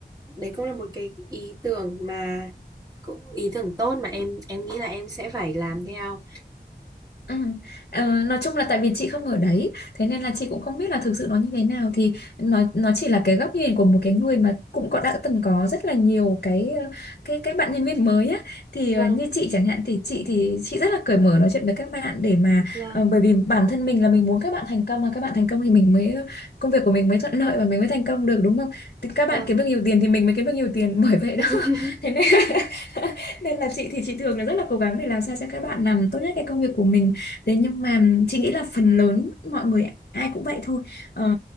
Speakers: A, on the right (about 20°); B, on the left (about 65°).
A: đấy cũng là một cái ý tưởng mà cũng ý tưởng tốt mà em em nghĩ là em sẽ phải làm theo.
B: Ừ. Ờ, nói chung là tại vì chị không ở đấy thế nên là chị cũng không biết là thực sự nó như thế nào thì nó nó chỉ là cái góc nhìn của một cái người mà cũng có đã từng có rất là nhiều cái ờ, cái cái bạn nhân viên mới á thì
A: Vâng,
B: ờ, như chị chẳng hạn thì chị thì chị rất là cởi mở nói chuyện với các bạn để mà
A: vâng,
B: ờ, bởi vì bản thân mình là mình muốn các bạn thành công mà các bạn thành công thì mình mới ờ, công việc của mình mới thuận lợi và mình mới thành công được đúng không thì các bạn
A: vâng.
B: kiếm được nhiều tiền thì mình mới kiếm được nhiều tiền <laughs> bởi vậy
A: <laughs>
B: đó <laughs> thế nên <laughs> nên là chị thì chị thường là rất là cố gắng để làm sao cho các bạn làm tốt nhất cái công việc của mình Thế nhưng mà chị nghĩ là phần lớn mọi người ai cũng vậy thôi. Ờ,